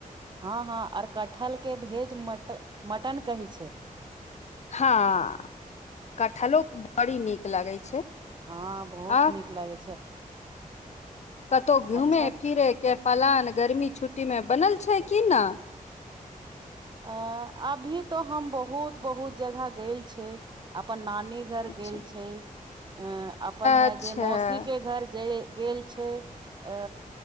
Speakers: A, on the right; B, on the left.
A: हँ हँ आर कटहल के भेज मटन कहै छै
B: हँ कटहलो बड़ी नीक लगै छै
A: हँ बहुत
B: आ
A: नीक लागै छै
B: कतहु घूमे
A: अच्छा
B: फिरे के प्लान गर्मी छुट्टीमे बनल छै कि नहि
A: अ अभी तो हम बहुत बहुत जगह गेल छी अपन नानी नी घर
B: अच्छा
A: गेल छै अं अपन है
B: अच्छा
A: जे मौसी के घर जेय- गेल छै आ